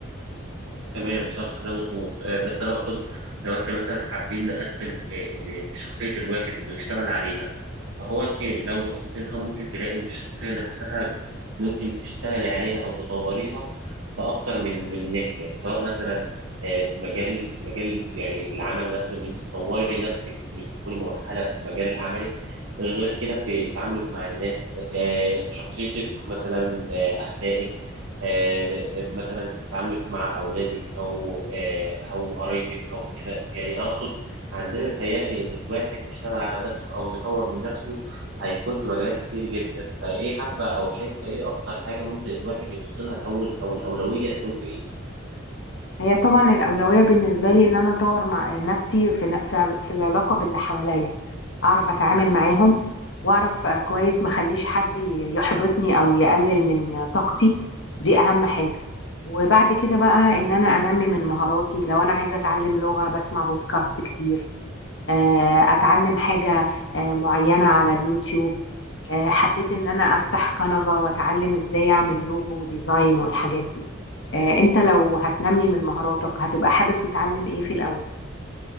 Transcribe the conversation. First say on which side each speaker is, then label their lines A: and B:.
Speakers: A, on the right (about 80°); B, on the left (about 60°).
A: تمام صح ده مظبوط آه، بس انا اقصد لو احنا مثلا حابين نقسم آه، ان شخصيه الواحد انه يشتغل عليها فهو انت لو بصيت لها ممكن تلاقي ان الشخصيه نفسها ممكن تشتغلي عليها او تطوريها في اكتر من من ناحيه سواء مثلا آه، في مجال في مجال يعني العمل نفسه ان انت تطوري نفسك انك تكوني مؤهله في مجال عملك غير كده في تعاملك مع الناس آه، في شخصيتك مثلا آه، اخلاقك آه، آه، مثلا تعاملك مع اولادك او آه، او قرايبك او كده يعني اقصد عندنا متهيألي ان الواحد يشتغل على نفسه او يطور من نفسه هيكون في مجالات كتير جدا فايه حابه او شايفه ايه اكتر حاجه ممكن الواحد يبص لها الاول او الاولويه تكون في ايه
B: هي طبعا الأولوية بالنسبة لي إن أنا أطور مع نفسي في ن- في في العلاقة باللي حواليا أعرف أتعامل معاهم وأعرف آه، كويس ما أخليش حد ي- يحبطني أو يقلل من طاقتي دي أهم حاجة وبعد كده بقى إن أنا أنمي من مهاراتي لو أنا عايزة أتعلم لغة بسمع بودكاست كتير آه، اتعلم حاجة آه، معينة على اليوتيوب آه، حبيت ان انا افتح قناة واتعلم ازاي اعمل لوجو وديزاين والحاجات دي آه، انت لو هتنمي من مهاراتك هتبقى حابب تتعلم ايه في الاول